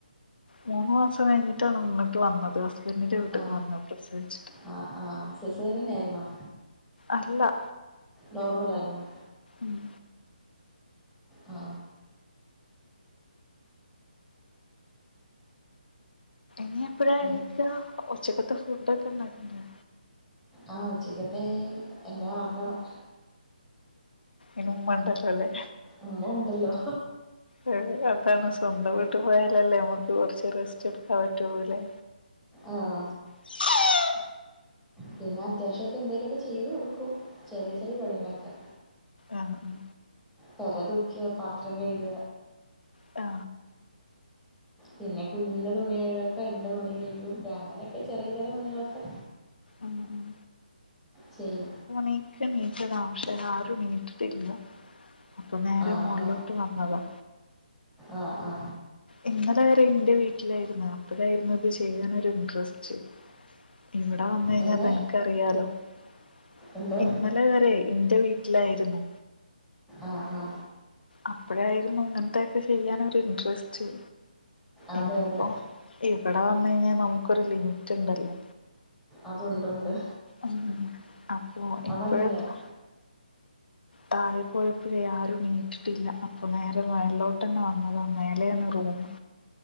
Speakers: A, on the left; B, in the centre.
A: മൂന്ന് മാസം കഴിഞ്ഞിട്ടാണ് ഇങ്ങോട്ട് വന്നത്, ഹസ്ബന്റിന്റെ വീട്ട്ക്
B: ആ
A: വന്നത് പ്രസവിച്ചിട്ട്.
B: ആ ആഹ്, സിസേറിയൻ ആയിരുന്നോ?
A: അല്ല.
B: നോർമൽ ആയിരുന്നോ?
A: ഉം
B: ആ
A: ഇനി എപ്പഴാ
B: ഉം.
A: എണീക്കാ? ഉച്ചക്കത്തെ ഫുഡ് ഒക്കെ ഉണ്ടാക്കിക്കണ?
B: ആ, ഉച്ചക്കത്തെ... എല്ലാം ആക്കണം.
A: ഇനിമ്മണ്ടല്ല ല്ലേ?
B: അമ്മ ഉണ്ടല്ലോ?
A: ഏ അതാണ് സ്വന്തം വീട്ട് പോയാലല്ലേ നമ്മക്ക് കുറച്ച് റെസ്റ്റ് എടുക്കാൻ പറ്റൊള്ളു അല്ലെ?
B: ആആ..
A: <unintelligible>
B: പിന്നെ അതേവിശ്യേം ഒക്കെ എന്തേലും ഒക്കെ ചെയ്തു കൊടുക്കും, ചെറിയ ചെറിയ പണികളൊക്കെ.
A: ആ ഉം.
B: പര തൂക്കിയ, പാത്രം കഴിക.
A: ആ..
B: പിന്നെ കുഞ്ഞിന്റെ തുണി കഴുകും ഒക്കെ എന്റെ തുണി കഴുകും, അങ്ങനെഒക്കെ ചെറിയ ചെറിയ പണികളൊക്കെ.
A: ഉം ഉം.
B: ശരി.
A: ക്ക നീറ്റത പക്ഷെ ആരും നീട്ടിട്ടില്ല, അപ്പൊ നേരെ
B: ആ
A: മുകളിലോട്ട്
B: ആ
A: വന്നതാ.
B: ആ ആ..
A: ഇന്നലെ വരെ എന്റെ വീട്ടിലായിരുന്നു, അപ്പഴായിരുന്നു ഇത് ചെയ്യാനൊരു ഇൻട്രസ്റ്റ്. ഇവിടെ വന്ന കഴിഞ്ഞാൽ
B: എങ്ങനെ
A: തനക്ക്റിയാലോ? ഇ
B: എന്തോ
A: <unintelligible> ഇന്നലെ വരെ എന്റെ വീട്ടിലായിരുന്നു.
B: ആ ആ..
A: അപ്പഴായിരുന്നു ഇങ്ങനത്തെൊക്കെ ചെയ്യാൻ ഒരു ഇന്ട്രസ്റ്റ്.
B: അതെ
A: ഇതിപ്പോ
B: അതെ
A: ഇവിടെ വന്ന് കഴിഞ്ഞാൽ നമുക്കൊരു ലിമിറ്റ് ഉണ്ടല്ലോ?
B: അതുണ്ട് ഉണ്ട്.
A: ഉം, അപ്പൊ ഇപ്പോഴത്താ..
B: അതങ്ങനെയാണ്
A: താഴെ പോയപോള് ആരും നീറ്റിട്ടില്ല, അപ്പൊ നേരെ മേളലോട്ട്ന്നെ വന്നതാ മേലെയാണ് റൂമ്.